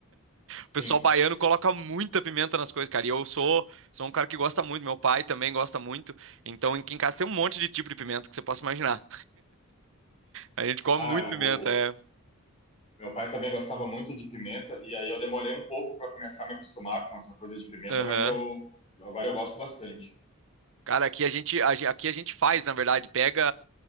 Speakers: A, on the left; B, on the right.
A: Sim.
B: O pessoal baiano coloca muita pimenta nas coisas, cara. E eu sou, sou um cara que gosta muito, meu pai também gosta muito. Então, aqui em casa tem um monte de tipo de pimenta que você possa imaginar. A gente come
A: Ah,
B: muito
A: eu,
B: pimenta,
A: o-
B: é.
A: meu pai também gostava muito de pimenta e aí eu demorei um pouco para começar a me acostumar com essa coisa de pimenta,
B: Aham.
A: mas eu agora eu gosto bastante.
B: Cara, aqui a gente, a gen- aqui a gente faz, na verdade, pega,